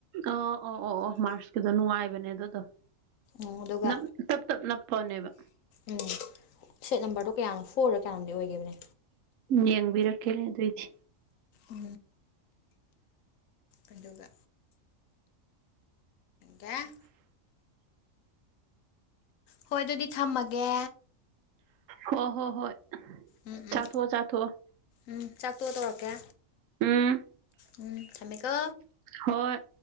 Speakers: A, on the right (about 75°); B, on the left (about 80°).
A: ꯑ ꯑꯣ ꯑꯣ ꯑꯣ ꯃꯥꯔꯁꯀꯤꯗꯣ ꯅꯨꯡꯉꯥꯏꯕꯅꯦ ꯑꯗꯨꯗꯣ
B: ꯎꯝ ꯑꯗꯨꯒ
A: ꯅꯞ ꯇꯞ ꯇꯞ ꯅꯞꯄꯅꯦꯕ
B: ꯎꯝ ꯁꯦꯠ ꯅꯝꯕꯔꯗꯣ ꯀꯌꯥꯅꯣ ꯐꯣꯔꯗ ꯀꯌꯥꯅꯣꯝꯗꯤ ꯑꯣꯏꯕꯅꯦ
A: ꯌꯦꯪꯕꯤꯔꯛ ꯀꯦꯅꯦ ꯑꯗꯨꯏ ꯗ
B: ꯎ ꯑꯗꯨꯒꯥ ꯀꯌꯥ ꯍꯣꯏ ꯑꯗꯨꯗꯤ ꯊꯝꯃꯒꯦ
A: ꯍ ꯍꯣ ꯍꯣꯏ
B: ꯎꯝ
A: ꯆꯥꯊꯣꯛꯑꯣ
B: ꯎꯝ
A: ꯆꯥꯊꯣꯛꯑꯣ
B: ꯎꯝ ꯆꯥꯛꯇꯣꯛꯑ ꯇꯧꯔꯛꯀꯦ
A: ꯎꯝ
B: ꯎꯝ ꯁꯃꯦꯀ
A: ꯍꯣꯏ